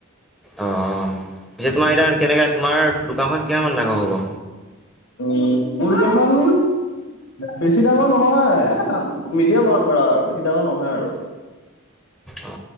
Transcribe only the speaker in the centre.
অ অ পি তোমাৰ এতিয়া কেনেকৈ তোমাৰ দোকানখন কিমান মান ডাঙৰ হ'ব
অ